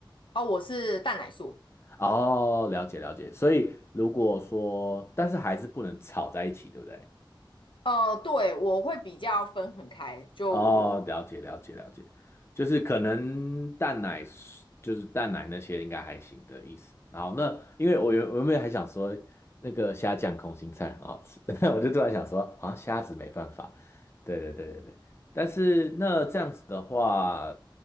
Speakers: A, on the left; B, on the left.
A: 哦，我是蛋奶素。
B: 哦，了解了解。所以如果说，但是还是不能炒在一起，对不对？
A: 呃，对，我会比较分很开，就我
B: 哦，了解了解了解，就是可能蛋奶是就是蛋奶那些应该还行的意思。然后那因为我原我原本还想说那个虾酱空心菜很好吃，<laughs> 但我就突然想说，啊，虾子没办法。对对对对对，但是那这样子的话，